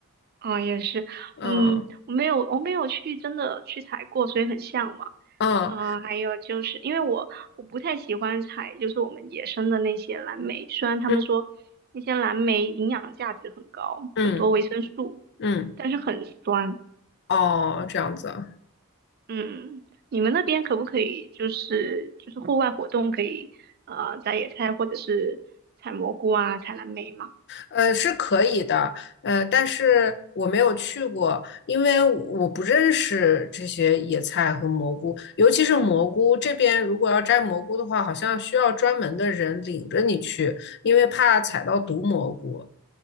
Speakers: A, on the right; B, on the left.
A: 啊、也是，
B: 嗯
A: 嗯，我没有我没有去真的去采过，所以很向往。
B: 嗯
A: 啊、还有就是因为我我不太喜欢采，就是我们野生的那些蓝莓，虽然他们说那些蓝莓营养价值很高，
B: 嗯嗯
A: 很多维生素，
B: 嗯，
A: 但是很酸。
B: 哦，这样子啊，
A: 嗯，你们那边可不可以就是就是户外活动可以呃摘野菜或者是采蘑菇啊、采蓝莓吗？
B: 呃，是可以的，呃，但是我没有去过，因为我不认识这些野菜和蘑菇，尤其是蘑菇这边，如果要摘蘑菇的话，好像需要专门的人领着你去，因为怕踩到毒蘑菇。